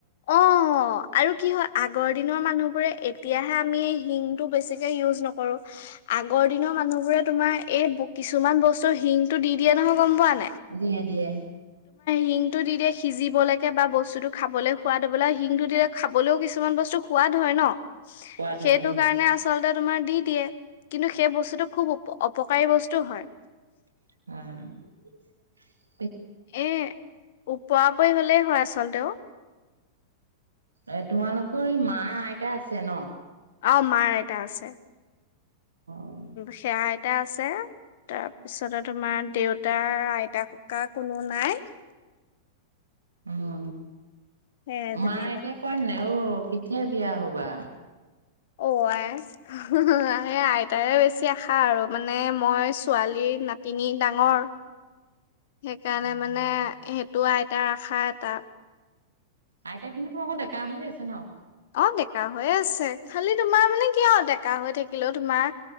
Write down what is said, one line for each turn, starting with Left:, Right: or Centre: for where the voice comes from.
Left: অ আৰু কি হয় আগৰ দিনৰ মানুহৰ বোৰে এতিয়াহে আমি শিংটো বেছিকে ইউজ নকৰো। আগৰ দিনৰ মানুহবোৰে তোমাৰ এই কিছুমান বস্তু হিনটো দি দিয়ে নহয় গম পোৱা না
Right: দিয়ে দিয়ে।
Left: হিংটো দি দিয়ে সিজিবলৈকে বা বস্তুটো খাবলৈ খোৱাত বোলে হিনটো দিলে খাবলৈও কিছুমান বস্তু সোৱাদ হয় ন।
Right: সোৱাদ
Left: সেইটো
Right: হয় সোৱাদ
Left: কাৰণে
Right: হয়
Left: আচলতে তোমাৰ দি দিয়ে কিন্তু সেই বস্তুটো বহুত খুব অপকাৰী বস্তু হয়।
Right: অঁ।
Left: এ উপৰা পৰি হলেই হয় আচলতে ও
Right: এ তোমালোকৰ এই মা আইতা আছে ন
Left: অ মাৰ আইতা আছে
Right: অ
Left: সেয়াই আইতা আছে তাৰপিছতে তোমাৰ দেউতাৰ আইতা ককা কোনো নাই।
Right: উম।
Left: সেয়াই যেনিবা।
Right: মাৰ আইতাই কয় নাই অ' কেতিয়া বিয়া হ'বা?
Left: অ' আই! আইতাৰে বেছি আশা আৰু মানে মই ছোৱালীৰ নাতিনী ডাঙৰ। সেইকাৰণে
Right: অ'।
Left: মানে সেই টো আইতাৰ আশা এটা।
Right: আইতা কিন্তু তোমালোকৰ ডেকা হৈয়ে আছে ন।
Left: অ' ডেকা হৈয়ে আছে, খালি তোমাৰ মানে কি আৰু ডেকা হৈ থাকিলেও তোমাৰ